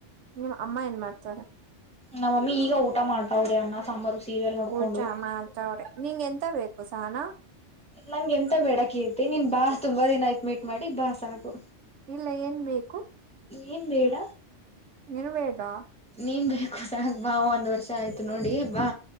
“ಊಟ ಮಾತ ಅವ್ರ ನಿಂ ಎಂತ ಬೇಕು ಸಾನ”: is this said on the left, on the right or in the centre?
Right